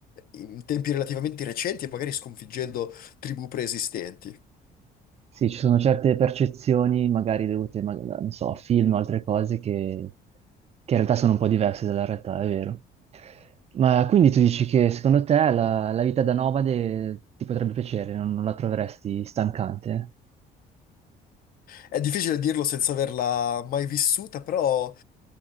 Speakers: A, on the left; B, on the right.
A: In tempi relativamente recenti e magari sconfiggendo tribù preesistenti.
B: Sì, ci sono certe percezioni, magari dovute, ma- non so, a film o altre cose, che, che in realtà sono un po' diverse dalla realtà, è vero. Ma quindi tu dici che secondo te la, la vita da nomade ti potrebbe piacere, non, non la troveresti stancante?
A: È difficile dirlo senza averla mai vissuta, però